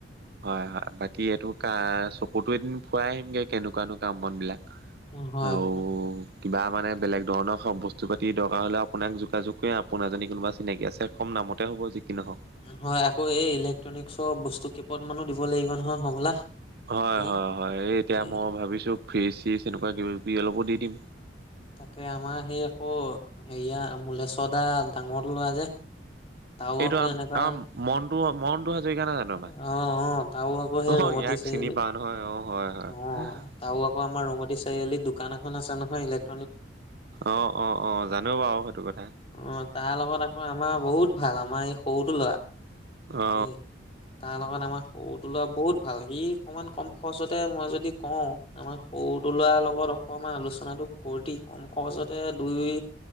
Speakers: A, on the right; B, on the left.
A: হয়-হয়, বাকি এইটো কা চকুতো এদিন ফুৱাই আহিমগে কেনেকুৱা নো কাম বন বিলাক।
B: অ, হয়
A: আৰু
B: বা।
A: কিবা মানে বেলেগ ধৰণৰ বস্তু পাতি দৰকাৰ হ'লে, আপোনাক যোগাযোগ কৰিম, আপোনাৰ যদি কোনোবা চিনাকি আছে। কম দামতে হ'ব যি কি নহওঁক।
B: হয়, আকৌ এই ইলেক্ট্ৰনিকৰ বস্তু কেইপদ মানো দিব লাগিব নহয় হ'বলা।
A: হয়,
B: হে
A: হয়, হয়, এই এতিয়া
B: এ
A: মই ভাবিছোঁ ফ্ৰিজ- চিজ এনেকুৱা কিবা-কিবি অলপো দি দিম।
B: তাকে আমাৰ সেই আকৌ হেৰিয়া মলেশ দা ডাঙৰটো ল'ৰা যে তাৰো
A: এইটো
B: আকৌ
A: আমাৰ
B: এনেকুৱা
A: মন্টু হয় মন মন্টু হাজৰিকা নহয় জানো
B: অ
A: আমাৰ?
B: অ তাৰো আকৌ সেই
A: অহ,
B: ৰঙতি
A: ইয়াক
B: চাৰিআলি
A: চিনি পাওঁ নহয় অ, হয়-হয়।
B: অ তাৰো আকৌ আমাৰ ৰঙতি চাৰিআলিত দোকান এখন আছে নহয় ইলেক্ট্ৰ
A: অ, অ, অ, জানো বাৰু সেইটো কথা।
B: অ, তাৰ লগত আকৌ আমাৰ বহুত ভাল। আমাৰ এই সৰুটো ল'ৰা।
A: অ।
B: এই তাৰ লগত আমাৰ সৰুটো ল'ৰা বহুত ভাল। সি অকমান কম খৰচতে মই যদি কওঁ। আমাৰ সৰুটো ল'ৰাৰ লগত অকমান আলোচনাটো কৰি কম খৰচতে দুই